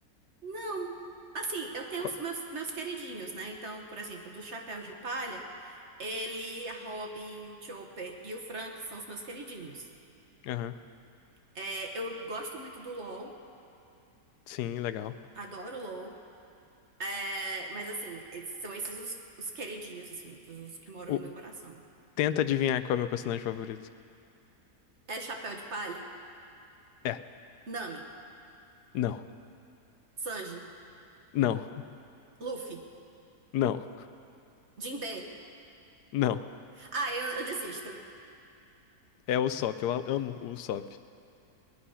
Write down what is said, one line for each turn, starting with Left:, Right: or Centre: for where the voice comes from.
Right: Não. Assim, eu tenho
Left: Qual-
Right: os meus, meus queridinhos, né? Então, por exemplo, do Chapéu de Palha, ele, a Robin, o Chopper e o Frank são os meus queridinhos.
Left: Aham.
Right: É, eu gosto muito do LoL,
Left: Sim, legal.
Right: adoro o LoL. É, mas assim, esses- são esses os, os queridinhos, assim, os, os que moram
Left: O-
Right: no meu coração.
Left: Tenta adivinhar qual é o meu personagem favorito.
Right: É Chapéu de Palha,
Left: É,
Right: Nami,
Left: não,
Right: Sanji,
Left: não,
Right: Luffy,
Left: não,
Right: Jinbe.
Left: não.
Right: Ah, eu, eu desisto.
Left: É o Usopp, eu a- amo o Usopp.